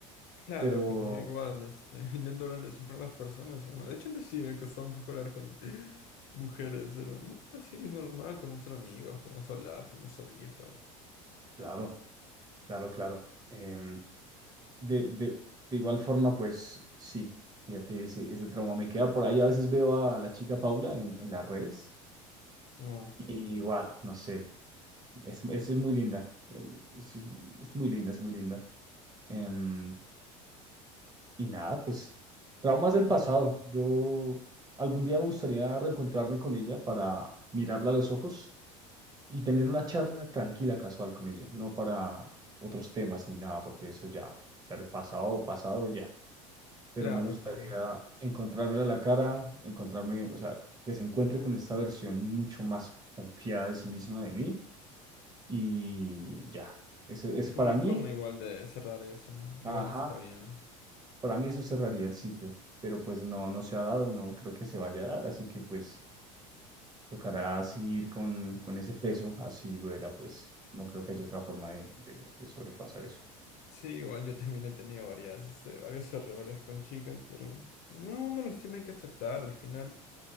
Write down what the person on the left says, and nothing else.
Claro,
claro, yo igual, este, <laughs> intento hablarle siempre a las personas y bueno, de hecho antes sí me costaba un poco hablar con <gasps> <laughs> mujeres, pero no, así normal, podemos ser amigos, podemos hablar, podemos salir, todo.
Oh,
claro,
claro.
Como una
forma igual de cerrar eso.
Igual está bien.
Sí, igual yo también he tenido varias, este, varios errores con chicas, pero no, uno los tiene que aceptar al final.